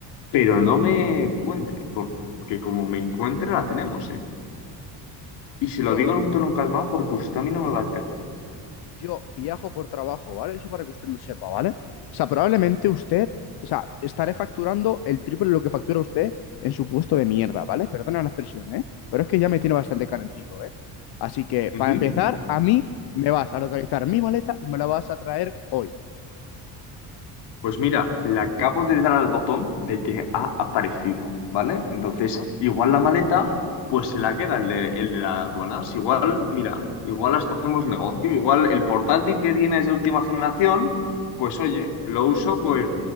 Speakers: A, on the left (about 80°); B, on the left (about 65°).
A: pero
B: Paciente.
A: no me encuentre, por- porque como me encuentre la tenemos, ¿eh? Y se
B: Yo
A: lo digo en un tono calmado porque usted a mí no me va a alterar.
B: Yo viajo por trabajo, ¿vale? Eso para que usted lo sepa, ¿vale? O sea, probablemente usted, o sea, estaré facturando el triple de lo que factura usted en su puesto de mierda, ¿vale? Perdona la expresión, ¿eh? Pero es que ya me tiene bastante calentito, ¿eh? Así que,
A: Ujú.
B: para empezar, a mí me vas a localizar mi maleta y me la vas a traer hoy.
A: Pues mira, le acabo de dar al botón de que ha aparecido, ¿vale? Entonces,
B: Ajá.
A: igual la maleta, pues se la queda el de, el de las aduanas. Igual, mira, igual hasta hacemos negocio. Igual el portátil que tiene es de última generación, pues oye, lo uso pues,